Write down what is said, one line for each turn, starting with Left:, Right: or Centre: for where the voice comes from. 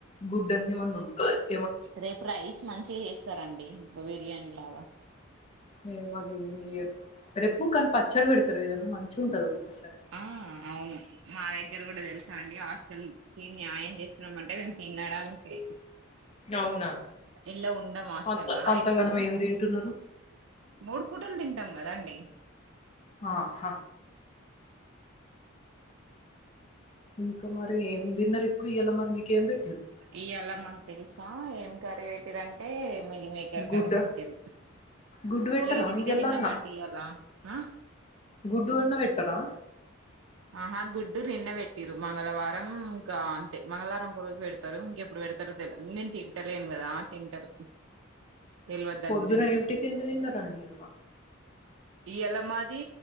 Left: గుడ్డ అన్ని మన్న ఉ
Right: రేపు రైస్ మంచిగా చేస్తారండి బిర్యానీ లాగా
Left: రే మళ్ళీ న్యూ ఇయర్ రెప్పు కానీ పచ్చడి పెడతారు ఏదన్నా మంచిగా ఉంటది ఒక్కొక్కసారి
Right: ఆ అవును మా దగ్గర కూడా తెలుసా అండి హాస్టల్ కి న్యాయం చేస్తున్నామ అంటే మేము తినడానికి
Left: అవునా
Right: ఇలా ఉండం హాస్టల్లా
Left: అ అంతగానం
Right: ఎప్పుడు
Left: ఏం తింటున్నారు
Right: మూడు పూటలు తింటాం కదా అండి
Left: ఆహా ఇంకా మరి ఏం తిన్నారు ఇప్పుడు ఇయాలా మరి మీకేం పెట్టిరు
Right: ఇయాళ మాకు తెలుసా ఏం కర్రీ టిరంటే మిల్లిమేకర్
Left: గుడ్డ
Right: కర్రీ పెట్టిరు
Left: గుడ్డు పెట్టరా
Right: ఏడింటికే
Left: ఇయ్యాల
Right: తిన్నామండి
Left: అన్న
Right: ఇయాల ఆ
Left: గుడ్డు అన్న వెట్టరా
Right: ఆహా గుడ్డు నిన్నె పెట్టిరు మంగళవారం కా అంతే మంగళవారం ఒక రోజు పెడతారు ఇంకెప్పుడు పెడతారో తెలు నిన్ తింటలేను కదా తింటారు తెల్వదు దాని
Left: పొద్దున
Right: గురించి
Left: ఏం టిఫిన్ తిన్నారండి అల్వా
Right: ఇయాళ మాది